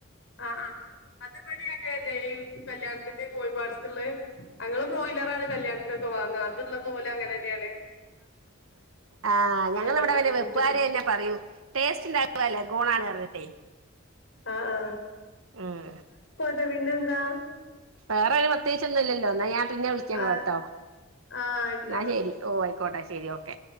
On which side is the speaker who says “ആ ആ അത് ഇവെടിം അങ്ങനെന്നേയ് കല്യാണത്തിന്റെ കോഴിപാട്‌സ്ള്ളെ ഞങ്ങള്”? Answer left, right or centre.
Left